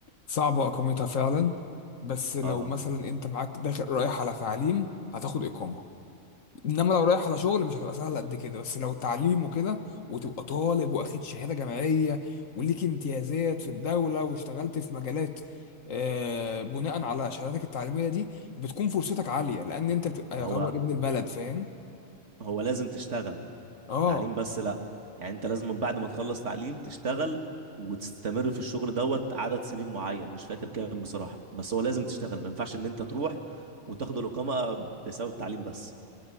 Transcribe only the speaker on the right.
اه
هو
هو لازم تشتغل
تعليم بس لا يعني انت لازم من بعد ما تخلص تعليم تشتغل وتستمر في الشغل دوت عدد سنين معين مش فاكر كام بصراحة بس هو لازم تشتغل ما ينفعش ان انت تروح وتاخد الاقامة بسبب تعليم بس